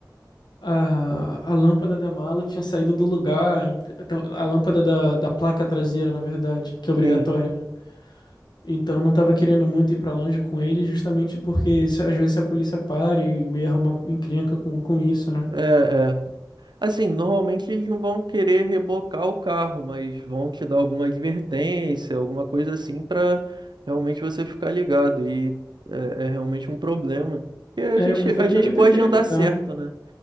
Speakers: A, on the left; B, on the right.
A: A, a lâmpada da mala tinha saído do lugar, ent- então, a lâmpada da, da placa traseira, na verdade, que é obrigatória,
B: Sim,
A: né? Então não tava querendo muito ir pra longe com ele, justamente porque se- às vezes se a polícia para e e arruma encrenca com, com isso, né?
B: é, é. Assim, normalmente eles não vão querer rebocar o carro, mas vão te dar alguma advertência, alguma coisa assim, pra realmente você ficar ligado. E é, é realmente um problema. Porque a
A: É,
B: gente,
A: eu preferi,
B: a gente
A: acabei
B: gosta
A: preferi
B: de andar
A: evitar.
B: certo, né?